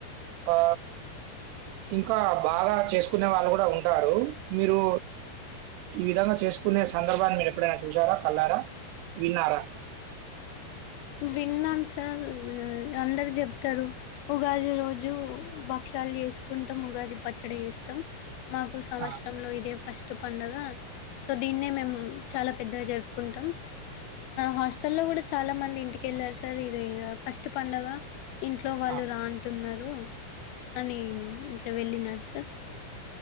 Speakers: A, on the right; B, on the left.
A: ఆ ఇంకా బాగా చేసుకునే వాళ్ళు కూడా ఉంటారు మీరు ఈ విధంగా చేసుకునే సందర్భాన్ని మీరు ఎప్పుడైనా చూసారా కళ్లారా విన్నారా
B: విన్నాం సార్ అందరు చెప్తారు ఉగాది రోజు భక్షాలు చేసుకుంటాం ఉగాది పచ్చడి చేస్తాం మాకు సంవత్సరంలో
A: ఆ,
B: ఇదే ఫస్ట్ కొత్త పండుగ సో దినే మేం చాలా పెద్దగా జరుపుకుంటాం హాస్టల్లో కూడా చాలా మంది ఇంటికి వెళ్ళాలి సార్ ఇదే ఫస్ట్ పండగ ఇంట్లో వాళ్ళు
A: ఆ,
B: రా అంటున్నారు అని ఇట్లా వెళ్ళిన్నారు సార్